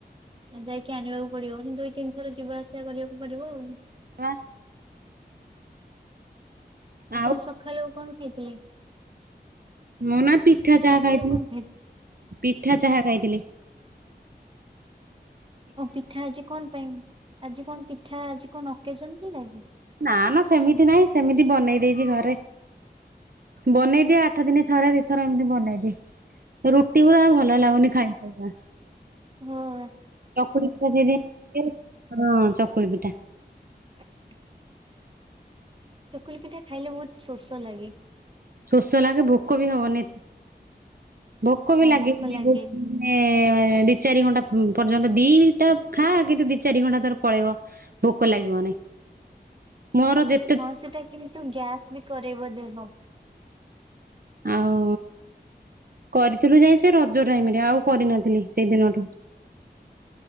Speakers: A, on the right; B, on the right.
A: ଆଉ ଯାଇଁକି ଆଣିବାକୁ ପଡିବ ଦୁଇ ତିନି ଥର ଯିବା ଆସିବା କରିବାକୁ ପଡିବ ଆଉ।
B: ପା
A: ଆପଣ
B: ଆଉ
A: ସଖାଳୁ କଣ ଖାଇଥିଲେ?
B: ମୁଁ ନା ପିଠା ଚାହା
A: ସକାଳୁ
B: ଖାଇଥିଲି
A: କଣ ଖାଇଥିଲେ?
B: ପିଠା ଚାହା ଖାଇଥିଲେ।
A: ଓ ପିଠା ଆଜି କଣ ପାଇଁ ଆଜି କଣ ପିଠା ଆଜି କଣ ଅକେଜନ ଥିଲା କି?
B: ନା ନା ସେମିତି ନାହିଁ ସେମିତି ବନେଇ ଦେଇଚି ଘରେ। ବନେଇଦିଏ ଆଠ ଦିନ ଥରେ ଦି ଥର ଏମିତି ବନେଇଦିଏ ରୁଟିଗୁରା ଆଉ ଭ ଭଲ ଲାଗୁନି ଖାଇ ଖାଇକା।
A: ଓହୋ
B: ଚକୁଳି ପିଠା ଯଦି <unintelligible> ହଁ ଚକୁଳି ପିଠା।
A: <unintelligible> ଚକୁଲି ପିଠା ଖାଇଲେ ବୋହୁତ ଶୋଷ ଲାଗେ।
B: ଶୋଷ ଲାଗେ ଭୋକ ବି ହବନି ଏ ଭୋକ ବି
A: ହଁ
B: ଲାଗିବନି
A: ଭୋକ ଲାଗେନି
B: ବୋହୁ ମାନେ ଏ ଦି ଚାରି ଘଣ୍ଟା ଉଁ ପର୍ଯ୍ୟନ୍ତ ଦିଇଟା ଖାଆ କିନ୍ତୁ ଦି ଚାରି ଘଣ୍ଟା ତୋର ପଳେଇବ। ଭୋକ ଲାଗିବନି ମୋର ଯେ
A: ହଁ ସେଟା କିନ୍ତୁ ଗ୍ୟାସ୍ ବି କରେଇବ ଦେହ।
B: ଆଉ କରିଥିଲୁ ଯାଇ ସେ ରଜ ଟାଇମରେ ଆଉ କରିନଥିଲି ସେଇ ଦିନଠୁ।